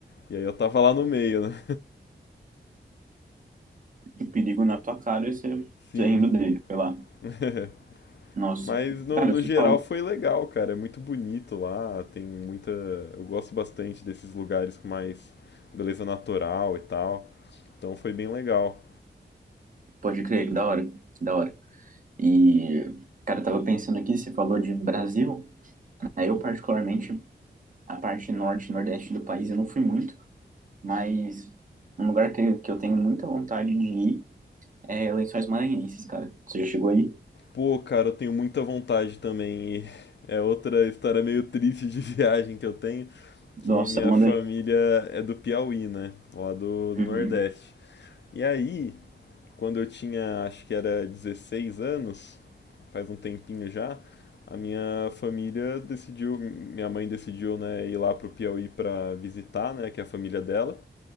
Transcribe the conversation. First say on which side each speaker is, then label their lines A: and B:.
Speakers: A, on the left; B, on the right.
A: E aí eu tava lá no meio, né?
B: o perigo na tua cara e você,
A: <laughs>
B: você
A: Sim.
B: rindo dele, sei lá.
A: <laughs>
B: Nossa,
A: Mas no,
B: cara,
A: no
B: você
A: geral
B: falou.
A: foi legal, cara. É muito bonito lá. Tem muita. Eu gosto bastante desses lugares com mais beleza natural e tal. Então foi bem legal.
B: Pode crer, que da hora, que da hora. E, cara, eu tava pensando aqui, você falou de Brasil, né? Eu, particularmente, a parte norte e nordeste do país, eu não fui muito. Mas um lugar que, que eu tenho muita vontade de ir é Lençóis Maranhenses, cara. Você já chegou aí?
A: Pô, cara, eu tenho muita vontade também. E é outra história meio triste de <laughs> viagem que eu tenho,
B: Nossa,
A: que minha
B: manda
A: família
B: aí.
A: é do Piauí, né? Lá do, do
B: Uhum.
A: Nordeste. E aí, quando eu tinha, acho que era 16 anos, faz um tempinho já, a minha família decidiu, minha mãe decidiu, né, ir lá pro Piauí pra visitar, né, que é a família dela.